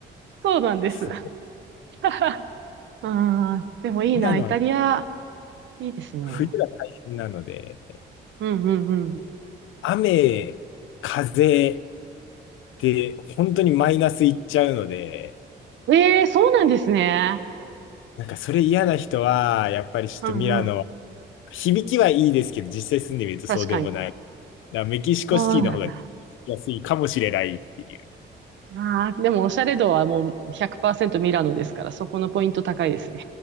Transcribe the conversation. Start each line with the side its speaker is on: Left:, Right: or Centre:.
Right: そうなんです。
Left: あすごい。
Right: <laughs> ああ、でもいいな、
Left: ミラノは
Right: イタリア、いいですね。
Left: 冬が大変なので、
Right: うんうんう
Left: 雨、風で本当にマイナスいっちゃうので、
Right: ん。ええ、そうなんですね。
Left: なんかそれ嫌な人は、やっぱりちょっとミラノ、
Right: うんうん。
Left: 響きはいいですけど、実際住んでみるとそうでもない。
Right: 確かに。
Left: だからメキシコシティの方が
Right: そうなんだ。
Left: 安いかもしれないっていう。
Right: ああ、でもおしゃれ度はもう100%ミラノですから、そこのポイント高いですね。